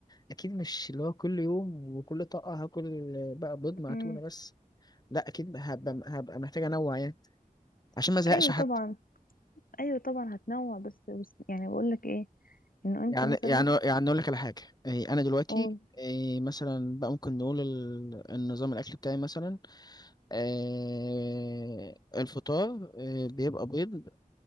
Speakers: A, on the left (about 25°); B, on the left (about 80°).
A: اكيد مش اللي هو كل يوم وكل طاقة هاكل آه، بقى بيض مع
B: امم
A: تونة بس لا اكيد هبقى هبقى محتاج انوع يعني عشان ما ازهقش
B: ايوه
A: حتى
B: طبعا ايوه طبعا هتنوع بس بس يعني بقول لك ايه انه انت
A: يعني
B: مثلا
A: يعني يعني اقول لك على حاجه إيه، انا دلوقتي
B: قول
A: إيه، مثلا بقى ممكن نقول ال- النظام الاكل بتاعي مثلا إيه، الفطار إيه، بيبقى بيض